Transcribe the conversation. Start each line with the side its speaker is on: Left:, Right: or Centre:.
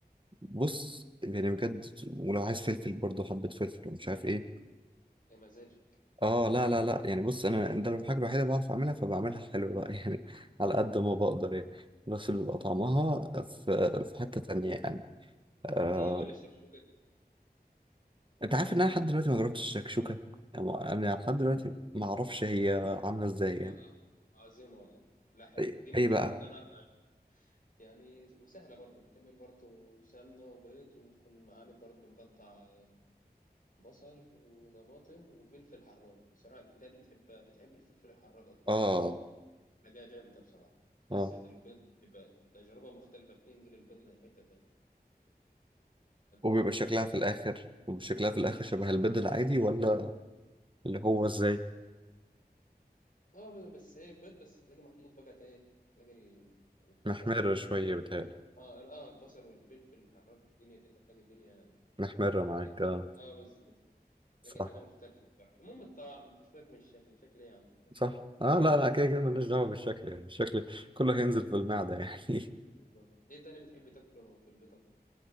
Right: بص يعني بجد ولو عايز فلفل برضه حبة فلفل ومش عارف ايه
Left: يا مزاجك
Right: اه
Left: اه
Right: لا لا لا يعني بص انا ده الحاجة الوحيدة اللي بعرف اعملها فبعملها حلو بقى <laughs> يعني على قد ما بقدر يعني بس بيبقى طعمها في في حتة تانية يعني آه
Left: هي ولا الشكشوكه
Right: انت عارف ان انا لحد دلوقتي ما جربتش الشكشوكة يعني انا لحد
Left: يا نهار
Right: دلوقتي
Left: أبيض.
Right: ما اعرفش هي عاملة ازاي يعني
Left: آه، آه، عظيمه والله لا حلو
Right: ايه
Left: دي ممكن
Right: إيه بقى
Left: برضه انا أعرف عنها. يعني سهلة برضو بتعمل برضو سمنة وبيض وتكون عامل برضو مقطع بصل وطماطم وفلفل حراج بصراحة البتاعة دي بتحب بتحب الفلفل الحراج أكتر
Right: اه
Left: يعني حاجة جامدة بصراحة تحس
Right: اه
Left: إن البيض بتبقى تجربة مختلفة بتنقل البيض لحتة تانية
Right: وبيبقى
Left: هتعجبك
Right: شكلها
Left: بصراحة
Right: في الاخر وشكلها في الاخر
Left: والله
Right: شبه
Left: بجد
Right: البيض العادي ولا اللي هو ازاي
Left: اه بس ايه بيض بس تلاقي مخلوط بقى ايه هتلاقي ال- البصل
Right: محمرة شوية
Left: وال
Right: بتهيألي
Left: اه اه البصل والفلفل الحراج الدنيا دي هتلاقي الدنيا
Right: محمرة معاك
Left: كأنك
Right: اه
Left: اه بالظبط هتلاقي
Right: صح
Left: حاجة مختلفة بصراحة المهم الطعم انت شوية من الشكل شكل ايه يا عم <laughs>
Right: صح اه لا لا كده كده ملناش دعوه بالشكل يعني الشكل كله هينزل في المعده يعني <laughs>
Left: بالظبط ايه تاني بتحب تاكله في البيض